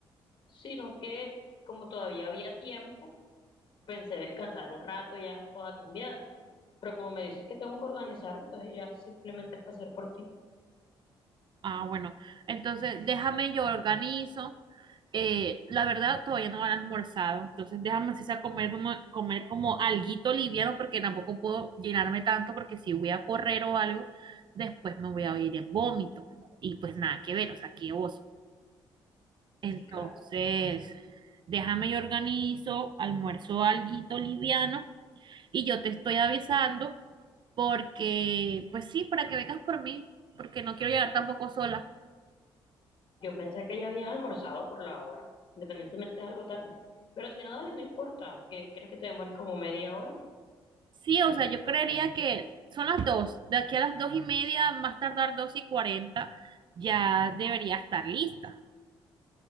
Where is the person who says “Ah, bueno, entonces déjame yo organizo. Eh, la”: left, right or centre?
Right